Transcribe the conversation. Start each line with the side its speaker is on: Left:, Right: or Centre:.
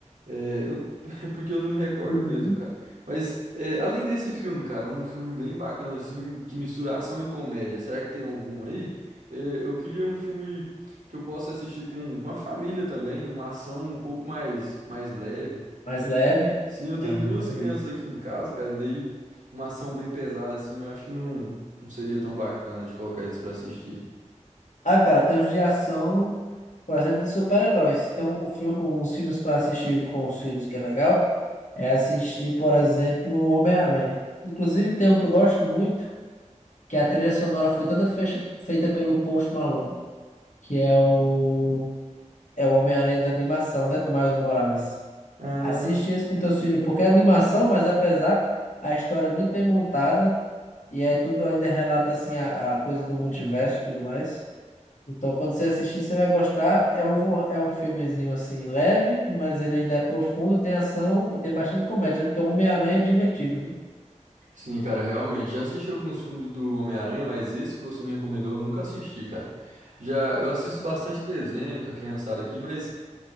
Right: É, eu- <laughs> porque eu não me recordo
Left: Uhum.
Right: mesmo, cara. Mas é, além desse filme, cara, é um filme bem bacana, assim, que mistura ação e comédia. Será que tem algum aí? É, eu queria um filme que eu possa assistir com, com a família também, uma ação um pouco mais, mais leve.
Left: Mais
Right: Eu-
Left: leve.
Right: sim, eu tenho
Left: Ah,
Right: duas
Left: entendi.
Right: crianças aqui em casa, cara, e daí uma ação bem pesada, assim, eu acho que não, não seria tão bacana de colocar eles pra assistir.
Left: Ah, cara, tem uns de ação, por exemplo, de super-heróis. Tem um, um fi- uns filmes para assistir com os filhos que é legal. É assistir, por exemplo, Homem-Aranha. Inclusive, tem um que eu gosto muito, que a trilha sonora foi toda fecha- feita pelo Post Malone, que é o, é o Homem-Aranha da animação, né, do Miles Morales.
Right: Ah,
Left: Assiste esse com teus filhos, porque é animação, mas apesar, a história é muito bem montada e é tudo ainda relata assim a, a coisa do multiverso e tudo mais. Então, quando você assistir, você vai gostar. É um, vo- é um filmezinho assim leve, mas ele ainda é profundo, tem ação e tem bastante comédia, né? porque o Homem-Aranha é divertido, né?
Right: Sim, cara, realmente. Já assisti alguns filmes do Homem-Aranha, mas esse que você me recomendou eu nunca assisti, cara. Já eu assisto bastante desenho com a criançada aqui, mas,